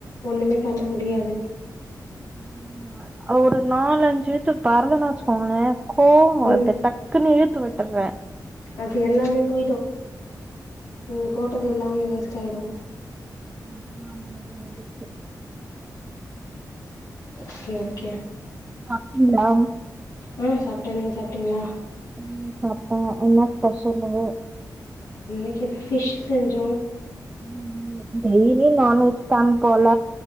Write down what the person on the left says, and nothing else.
ஒண்ணுமே பண்ண முடியாது
ம்
அது எல்லாமே போயிடு நீங்க போட்டது எல்லாமே வேஸ்டாயிடு
ஓகே ஓகே
ம் சாப்ட்டேன் நீங்க சாப்டிங்களா
இன்னைக்கி ஃபிஷ் செஞ்சோ